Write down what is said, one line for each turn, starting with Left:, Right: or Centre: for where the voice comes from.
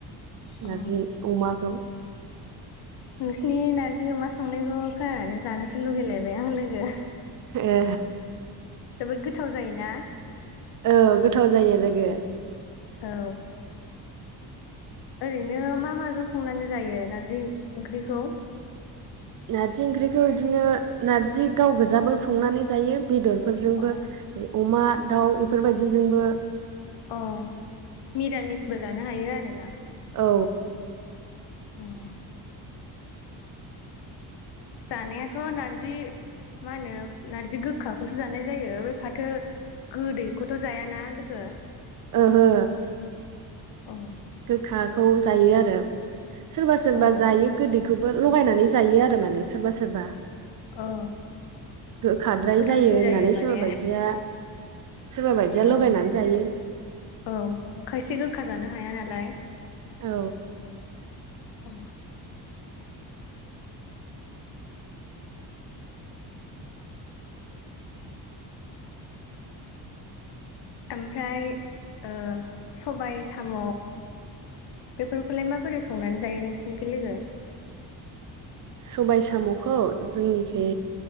Left: औ
Right: नारजि अमाखौ
Left: नोंसिनि नार्जि अमा संनायखौ खोनानानै जानोसो लुगैलायबाय आं लोगो
Right: ए
Left: जोबोद गोथाव जायोना
Right: औ गोथाव जायो लोगो
Left: औ ओरैनो मा माजों संनानै जायो नारजि ओंख्रिखौ
Right: नार्जि ओंख्रिखौ इदिनो नार्जि गाव गोजाबो संनानै जायो बेदर फोरजोंबो
Left: अ
Right: अमा दाउ इफोरबायदिजोंबो
Left: अ मिरामिसबो जानो हायो आरो ना?
Right: औ।
Left: ओं। जानायाथ' नारजि मा होनो नारजि गोखाखौसो जानाय जायो बे फाथो गोदैखौथ' जायाना लोगो
Right: ओहो।
Left: औ।
Right: गोखाखौ जायो आरो सोरबा सोरबा
Left: औ
Right: जायो गोदैखौ बो लगायनानै जायो आरो माने सोरबा सोरबा
Left: औ
Right: गोखाद्राय
Left: गोथावसिन
Right: जायो होननानै
Left: माने
Right: सोरबा बायदिया सोरबा बायदिया
Left: औ
Right: लगायनानै जायो
Left: औ खायसे गोखा जानो हाया नालाय
Right: औ।
Left: औ। ओमफ्राय ओ सबाय साम' बेफोरखौलाय माबोरै संनानै जायो नोंसिनिखो लोगो
Right: सबाय साम'खौ जोंनिखि